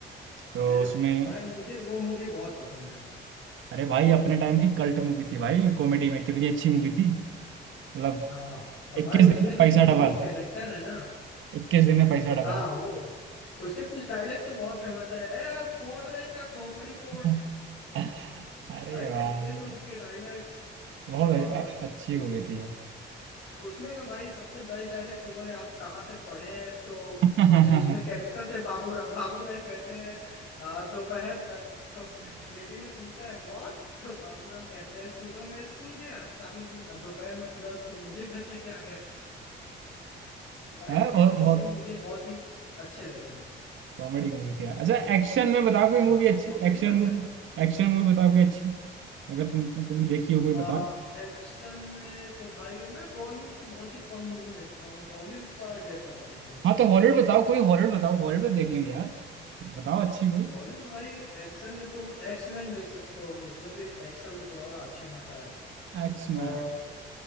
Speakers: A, on the right; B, on the left.
A: तो
B: मैंने
A: उसमें
B: भाई मुझे वो मूवी बहुत पसंद है
A: अरे भाई अपने टाइम की कल्ट मूवी थी भाई कॉमेडी में कितनी अच्छी मूवी थी मतलब
B: हाँ और
A: इक्कीस
B: भाई उसमें
A: दिन में
B: के
A: पैसा
B: जो तीनों
A: डबल
B: कैरेक्टर है ना
A: इक्कीस दिन में पैसा डबल
B: हाँ वो उसके कुछ डायलॉग्स तो बहुत फेमस है ए फोड़ रहे इसका खोपड़ी फोड़
A: <laughs> अरे
B: भाई
A: भाई
B: ये सब उसके डायलॉग्स
A: बहुत
B: और
A: अरे अच्छी मूवी
B: उसके
A: थी यार
B: उसमें का भाई सबसे बेस्ट डायलॉग तो वो है आप कहाँ तक पढ़े हैं तो
A: <laughs>
B: जो उसमें कैरेक्टर थे बाबूराव बाबूराव कहते हैं "आ, दोपहर तक तो लेडी ने पूछता है व्हाट तो बाबूराव कहते हैं सुबह मैं स्कूल गया शाम को दोपहर में पूरा स्कूल मुझे घर लेके आ गया भाई
A: हाँ
B: ये
A: बहुत
B: सब
A: बहुत
B: सीन मुझे बहुत ही अच्छे लगे थे
A: कॉमेडी मूवी थी यार अच्छा एक्शन में बताओ कोई मूवी
B: हाँ
A: अच्छी
B: एक कॉमेडी
A: एक्शन
B: था अच्छा
A: मूवी
B: था
A: एक्शन मूवी बताओ कोई अच्छी अगर तुम तुमने देखी हो कोई
B: आ,
A: बताओ
B: एक्शन में तो भाई मैं बॉलीवुड की बहुत ही कम मूवी देखता हूँ हॉलीवुड का ढेर सारा देखता हूँ
A: हाँ तो हॉलीवुड बताओ कोई हॉलीवुड बताओ हॉलीवुड तो देख लेंगे यार बताओ अच्छी कोई
B: हॉलीवुड भाई एक्शन में तुम एक्स मैन देख सकते हो उसमें भी एक्शन तुम्हारा अच्छा खासा है
A: एक्स मैन
B: और